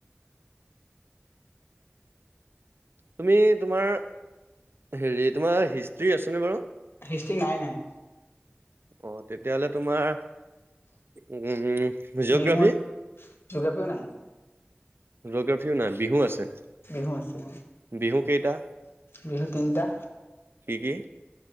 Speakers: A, on the right (about 70°); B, on the left (about 75°).
A: তুমি তোমাৰ হেৰি তোমাৰ হিষ্ট্ৰী আছেনে বাৰু?
B: হিষ্ট্ৰি নাই নাই।
A: অ তেতিয়াহলে তোমাৰ উম জিঅ'গ্ৰাফী
B: <unintelligible> জগ্ৰাফিও নাই।
A: জগ্ৰাফীও নাই বিহু আছে।
B: বিহু আছে অ,
A: বিহু কেইটা
B: বিহু তিনিটা।
A: কি কি